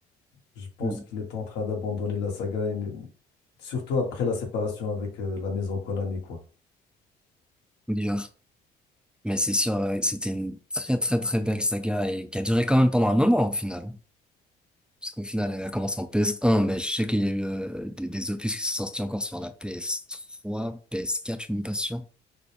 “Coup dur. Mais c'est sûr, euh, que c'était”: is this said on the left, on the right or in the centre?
Centre